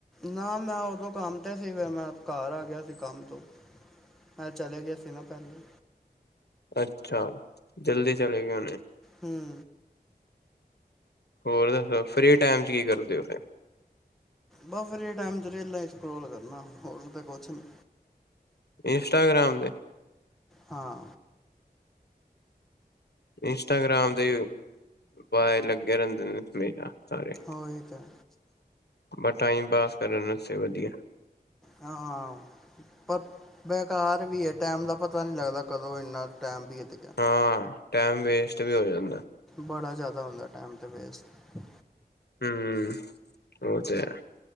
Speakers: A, in the centre; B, on the left (about 85°).
A: ਨਾ ਮੈਂ ਉਦੋਂ ਕੰਮ ਤਾਂ ਸੀ ਫਿਰ ਮੈਂ ਘਰ ਆ ਗਿਆ ਸੀ ਕੰਮ ਤੋਂ ਮੈਂ ਚਲੇ ਗਏ ਸੀ ਮੈਂ ਪਹਿਲੇ
B: ਅੱਛਾ ਜਲਦੀ ਚਲੇ ਗਏ ਉਹਨੇ
A: ਹਮ
B: ਹੋਰ ਦੱਸੋ ਫ੍ਰਰੀ ਟਾਈਮ ਚ ਕੀ ਕਰਦੇ ਉ ਫੇਰ
A: ਬਸ ਵਰੇ ਟਾਈਮ ' ਰੇਲਾ ਸਕਰੋਲ ਕਰਨਾ ਹੋਰ ਤਾਂ ਕੁਛ ਨਹੀਂ
B: ਇੰਸਟਾਗ੍ਰਾਮ ਤੇ
A: ਹਾਂ
B: ਇੰਸਟਾਗ੍ਰਾਮ ਦੇ ਵਏ ਲੱਗੇ ਰਹਿੰਦੇ ਨੇ ਨਾ ਸਾਰੇ
A: ਉਹੀ ਤਾਂ
B: ਬ ਟਾਈਮ ਪਾਸ ਕਰਨ ਉਸੇ ਵਧੀਆ
A: ਹਾਂ ਹਾਂ ਪਰ ਬੇਕਾਰ ਵੀ ਹੈ ਟਾਈਮ ਦਾ ਪਤਾ ਨਹੀਂ ਲੱਗਦਾ ਕਦੋਂ ਇੰਨਾ ਟਾਈਮ ਵੀ ਹੈ ਤੇ
B: ਹਾਂ ਟਾਈਮ ਵੇਸਟ ਵੀ ਹੋ ਜਾਂਦਾ
A: ਬੜਾ ਜ਼ਿਆਦਾ ਆਦਾ ਟਾਈਮ ਦੇਤੇ ਵੇਸਟ
B: ਹਮ ਉਹ ਤੇ